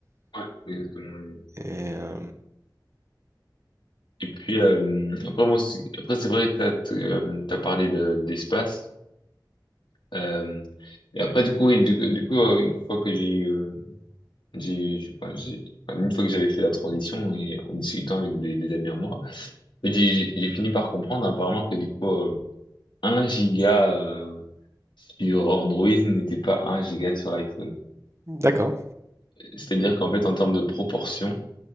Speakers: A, on the left; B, on the right.
A: ouais, exactement. lui.
B: Et, euh,
A: Et puis, euh, après, moi aussi, après, c'est vrai que t'as, t'as euh, t'as parlé de, d'espace. Euh, et après, du coup, oui, du, du coup, euh, une fois que j'ai eu, euh, j'ai, j'ai- enfin, j'ai- enfin, une fois que j'avais fait la transition et en discutant avec des, des amis à moi, j'ai j'ai fini par comprendre apparemment que du coup, euh, 1 giga, euh, sur Android n'était pas un giga sur l'iPhone.
B: d'accord,
A: C'est-à-dire qu'en fait, en termes de proportion,